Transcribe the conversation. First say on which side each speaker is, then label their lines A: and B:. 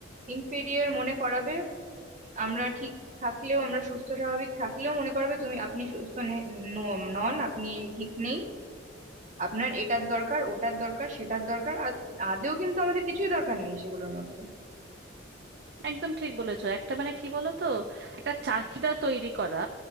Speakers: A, on the right; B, on the right.
A: ইনফেরিয়ার মনে করাবে আমরা ঠিক থাকলেও আমরা সুস্থ স্বাভাবিক থাকলেও মনে করাবে তুমি আপনি সুস্থ নে- ন- নন আপনি ঠিক নেই আপনার এটার দরকার ওটার দরকার সেটার দরকার আর আদেও কিন্তু আমাদের কিছুই দরকার নেই সেগুলোর মধ্যে
B: একদম ঠিক বলেছো একটা মানে কি বলো তো একটা চাহিদা তৈরি করা